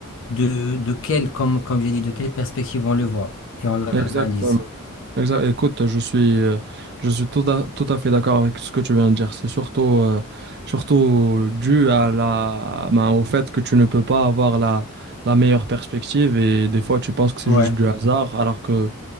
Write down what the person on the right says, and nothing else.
Exactement. Exa- Écoute, je suis, euh, je suis tout à, tout à fait d'accord avec ce que tu viens de dire. C'est surtout, euh, surtout dû à la, ben, au fait que tu ne peux pas avoir la, la meilleure perspective et des fois tu penses que c'est
juste du hasard, alors que,